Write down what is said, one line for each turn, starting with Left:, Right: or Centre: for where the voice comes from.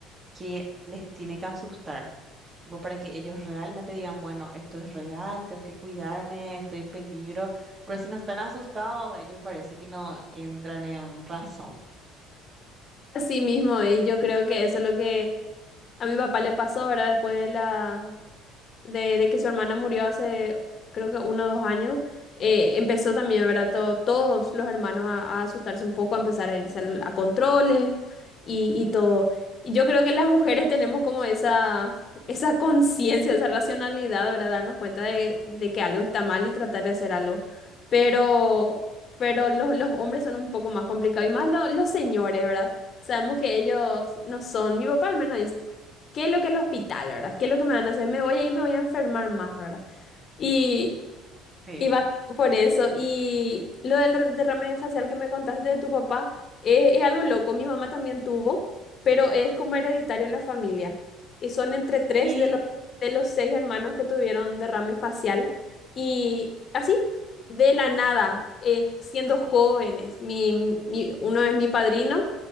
Right: que les tiene que asustar, tipo, para que ellos realmente digan, bueno, esto es real, tengo que cuidarme, estoy en peligro. Pero si no están asustados, ellos parece que no entran en razón.
Left: Así mismo, y yo creo que eso es lo que a mi papá le pasó, ¿verdad? Después de la, de, de que su hermana murió hace creo que uno o dos años, eh, empezó también, ¿verdad? To- todos los hermanos a, a asustarse un poco, a empezar a irse al- a, controles y, y todo. Y yo creo que las mujeres tenemos como esa, <laughs> esa conciencia, esa racionalidad, ¿verdad? Darnos cuenta de, de que algo está mal y tratar de hacer algo. Pero, pero los, los hombres son un poco más complicados y más lo- los señores, ¿verdad? Sabemos que ellos no son, mi papá al menos dice. ¿Qué es lo que el hospital, verdad? ¿Qué es lo que me van a hacer? Me voy a ir, me voy a enfermar más, ¿verdad? Y,
Right: Sí.
Left: y va todo por eso. Y lo del re- derrame facial que me contaste de tu papá eh, es, algo loco. Mi mamá también tuvo, pero es como hereditario en la familia. Y son entre tres
Right: ¿Qué?
Left: de los, de los seis hermanos que tuvieron derrame facial. Y así, de la nada, eh, siendo jóvenes. Mi, mi- uno es mi padrino